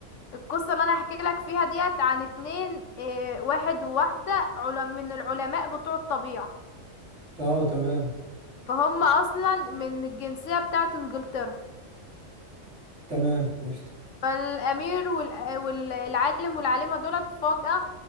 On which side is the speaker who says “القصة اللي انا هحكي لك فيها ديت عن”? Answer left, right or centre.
Left